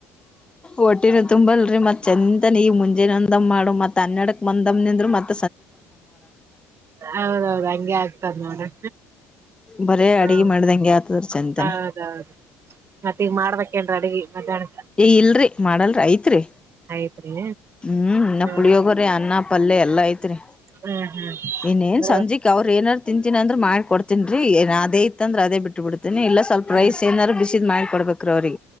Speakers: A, on the left; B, on the right.
A: ಒಟ್ಟಿನ ತುಂಬಲ್ರಿ ಮತ್ತ ಚಂದ ನೀವು ಮುಂಜೆಂದಮ್ಮ ಮಾಡ ಮತ್ ಅನ್ನಡಕ್ ಬಂದಮ್ಮನಂದರು ಮತ್ತ
B: ಹೌದೌದು ಹಂಗೆ ಆಗ್ತದ ನೋಡ್ರ
A: ಬರೇ
B: ಹಾ
A: ಅಡಗೆ ಮಾಡ್ದಂಗೆ ಆತದ್ರ ಚಂತನ
B: ಹೌದೌದು ಮತ್ತ ಈಗ ಮಾಡ್ಬೇಕೇನ್ರಿ ಅಡಗೆ ಅದ್ದಾಡದ್
A: ಏ ಇಲ್ರಿ ಮಾಡಲ್ರಿ ಐತ್ರಿ
B: ಆಯ್ತ್ರಿ
A: ಹ್ಮ್ ಇನ್ನ
B: ಹ್ಮ
A: ಪುಳಿಯೋಗ್ರಿ ಅನ್ನ ಪಲ್ಯೆ ಎಲ್ಲಾ ಐತ್ರಿ
B: ಹ್ಮ್ ಹ್ಮ್
A: ಇನ್ನೇನ್
B: ಬರುವ
A: ಸಂಜೆಕ್ ಅವ್ರ ಏನಾರು ತಿಂತೀನಿ ಅಂದ್ರ ಮಾಡಿಕ ಕೊಡ್ತೇನ್ ರೀ ಏ ಅದೇ ಇತ್ ಅಂದ್ರ ಅದೇ ಬಿಟ್ಟ ಬಿಡ್ತೀನಿ ಇಲ್ಲ ಸ್ವಲ್ಪ
B: ಹ್ಮ
A: ರೈಸ್ ಏನಾರು ಬಿಸಿದ್ ಮಾಡ್ ಕೊಡ್ಬೇಕ್ ರಿ ಅವ್ರೀ